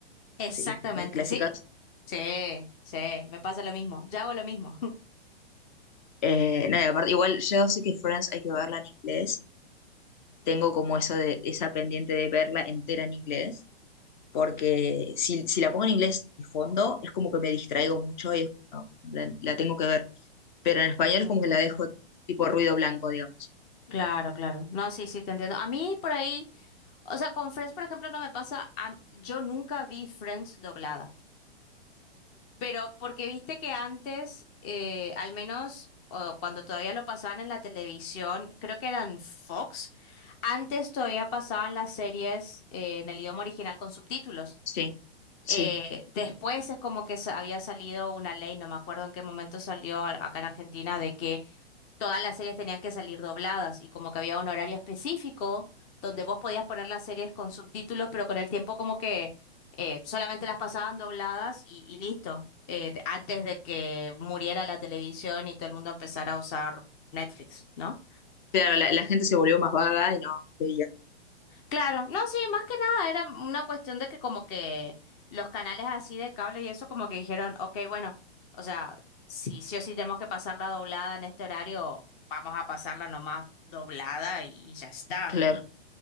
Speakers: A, on the left; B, on the left.
A: exactamente,
B: series muy clásicas
A: sí. Sí, sí, me pasa lo mismo, yo hago lo mismo. <laughs>
B: Eh, no, y aparte, igual yo sé que Friends hay que verla en inglés. Tengo como eso de esa pendiente de verla entera en inglés, porque si, si la pongo en inglés de fondo, es como que me distraigo mucho y es- no, la, la tengo que ver. Pero en español
A: Ujú,
B: es como que la
A: claro,
B: dejo tipo ruido blanco, digamos.
A: claro, claro. No, sí, sí, te entiendo. A mí por ahí, o sea, con Friends, por ejemplo, no me pasa, a- yo nunca vi Friends doblada, pero porque viste que antes, eh, al menos o cuando todavía lo pasaban en la televisión, creo que eran Fox, antes todavía pasaban las series eh, en el idioma original con subtítulos.
B: Sí, sí.
A: Eh, después es como que sa- había salido una ley, no me acuerdo en qué momento salió a- acá en Argentina, de que todas las series tenían que salir dobladas y como que había un horario específico donde vos podías poner las series con subtítulos, pero con el tiempo como que eh, solamente las pasaban dobladas y, y listo, eh, antes de que muriera la televisión y todo el mundo empezara a usar Netflix, ¿no?
B: Claro, la, la gente se volvió más vaga y no veía.
A: Claro, no, sí, más que nada era una cuestión de que como que los canales así de cable y eso como que dijeron, ok, bueno, o sea, si sí o sí tenemos que pasar la doblada en este horario, vamos a pasarla nomás doblada y ya está.
B: Claro.